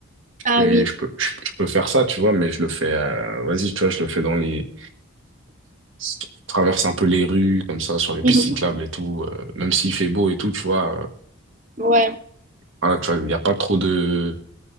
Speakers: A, on the right; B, on the right.
A: Ah
B: je fais-
A: oui.
B: je peux je, je peux faire ça, tu vois, mais je le fais, euh, vas-y, tu vois, je le fais dans les, je traverse un peu les rues comme ça sur les pistes
A: Mhm.
B: cyclables et tout, euh, même s'il fait beau et tout, tu vois. euh,
A: Ouais.
B: voilà, tu vois, il y a pas trop de,